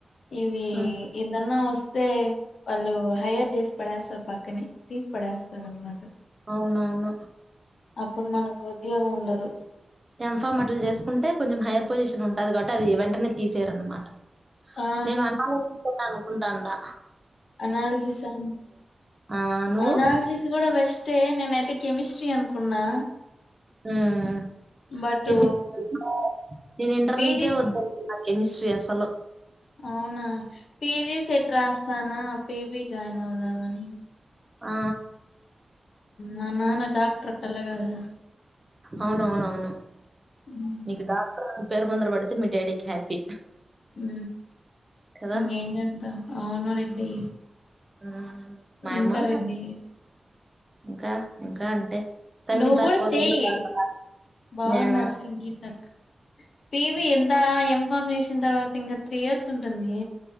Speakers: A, on the left; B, on the right.
A: ఇవి
B: ఉమ్,
A: ఎదన్నా వస్ వస్తే వాళ్ళు హైయర్ చేసి పడేస్తారు పక్కనే తీసి పడేస్తారు అనమాట
B: అవునువును
A: అప్పుడు మనకు ఉద్యోగం ఉండదు
B: ఎమ్ ఫామ్ అట్లు చేసుకుంటే కొంచెం హయ్యర్ పోసిషన్ ఉంటది కాబట్టి అది ఈవెం అందరిని తీసేరుమాట
A: ఆ
B: నేను అన్ అలోచిస్తునాను ఉంటండా
A: అనాలసిస్ అ
B: ఆ నువ్వు
A: అనాలసిస్ కూడా బెస్ట్ తే నేనయితే కెమిస్ట్రీ అనుకున్నా
B: అ అ
A: బట్
B: కెమిస్ట్రీ నేను ఇంటర్
A: పీజీ
B: నుంచే వద్దనుకున్న కెమిస్ట్రీ అసలు
A: అవునా పీజీ సెట్ రాస్తానా పీబీ జాయిన్ అవుదాం అని
B: ఆ
A: మా నాన్న డాక్టర్ కళ్ళగద
B: అవునువునువును
A: ఉమ్
B: నీకు డాక్టర్ పేరు ముందర పెడితే మీ డాడీకి హ్యాపీ
A: ఊ
B: కదా
A: ఈంగేంజేద్దం. అవును రెడ్డి.
B: ఆ నిర్మల్గా.
A: ఇంకా రెడ్డి
B: ఇంకా, ఇంకా అంటే సంగీతాక్కొళందరూ
A: నువ్వు కూడా చెయ్యి
B: బాగున్నారా.?
A: బాగున్నారు
B: నేనా. !
A: సంగీతక్క పివి ఎంతా, ఏంఫర్మ్ జేసిన తర్వాత ఇంగా త్రీ ఇయర్స్ ఉంటుంది.